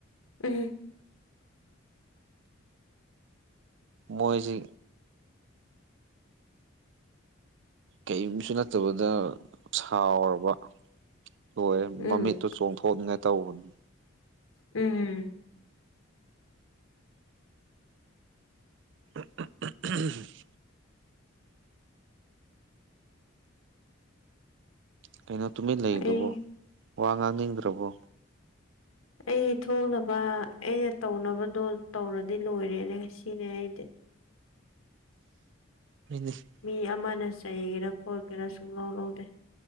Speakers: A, on the left; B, on the right.
A: ꯎꯝ
B: ꯃꯣꯏꯁꯤ ꯀꯩꯝꯁꯨ ꯅꯠꯇꯕꯗ ꯁꯥꯎꯔꯕ ꯂꯣꯏꯔꯦ
A: ꯎꯝ
B: ꯃꯃꯤꯠꯇꯨ ꯆꯣꯡꯊꯣꯛꯅꯤꯡꯉꯥꯏ ꯇꯧꯕꯅꯤ
A: ꯎꯝ
B: <unintelligible> ꯀꯩꯅꯣ ꯇꯨꯃꯤꯟ ꯂꯩꯔꯤꯗꯨꯕꯣ
A: ꯑꯩ
B: ꯋꯥ ꯉꯥꯡꯅꯤꯡꯗ꯭ꯔꯕꯣ
A: ꯑꯩ ꯊꯣꯡꯅꯕ ꯑꯩꯅ ꯇꯧꯅꯕꯗꯣ ꯇꯧꯔꯗꯤ ꯂꯣꯏꯔꯦꯅꯦ ꯁꯤꯅꯦ ꯑꯩꯗꯤ
B: <unintelligible>
A: ꯃꯤ ꯑꯃꯅ ꯆꯩꯒꯦꯔꯥ ꯈꯣꯠꯀꯦꯔꯥ ꯁꯨꯡꯂꯧ ꯂꯧꯗꯦ